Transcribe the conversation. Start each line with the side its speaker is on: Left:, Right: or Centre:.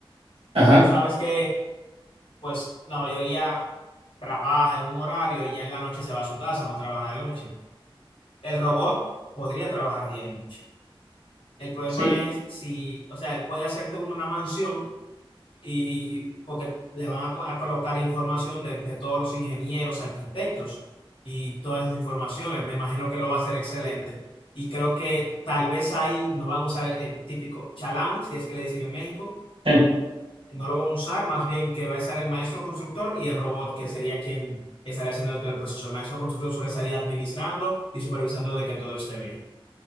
Right: ajá,
Left: Tú sabes que, pues, la mayoría trabaja en un horario y ya en la noche se va a su casa, no trabaja de noche. El robot podría trabajar día y noche. El problema
Right: sí,
Left: es si, o sea, él puede hacerte una mansión y porque le van a, co- a colocar información de, de todos los ingenieros, arquitectos y todas esas informaciones. Me imagino que lo va a hacer excelente. Y creo que tal vez ahí no van a usar el, el típico chalán, si es que le dicen en México,
Right: sí.
Left: no lo van a usar, más bien que va a estar el maestro constructor y el robot, que sería quien estaría haciendo todo el proceso. El maestro constructor solo estaría administrando y supervisando de que todo esté bien.